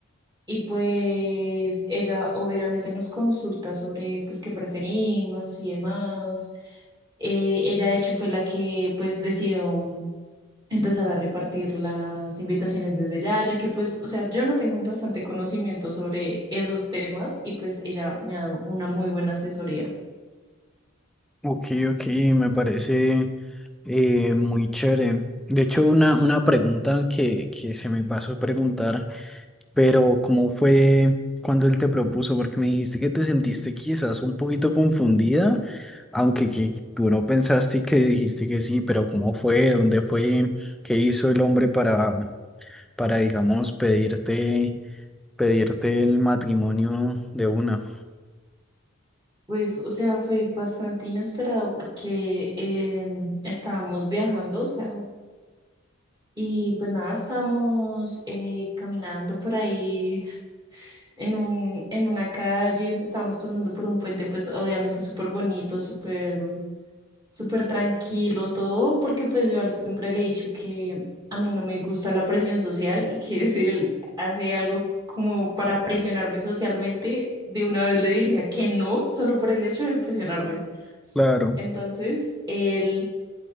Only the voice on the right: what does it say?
y pues ella obviamente nos consulta sobre pues qué preferimos y demás. Eh, ella de hecho fue la que pues decidió empezar a repartir las invitaciones desde ya, ya que pues, o sea, yo no tengo bastante conocimiento sobre esos temas y pues ella me ha dado una muy buena asesoría.
Pues, o sea, fue bastante inesperado porque em, estábamos viajando, o sea, y pues nada, estábamos eh, caminando por ahí en un, en una calle, pues estábamos pasando por un puente, pues obviamente súper bonito, súper, súper tranquilo todo, porque pues yo al- siempre le he dicho que a mí no me gusta la presión social y que <laughs> si él hace algo como para presionarme socialmente, de una vez le diría que no, solo por el hecho de presionarme.
Entonces, él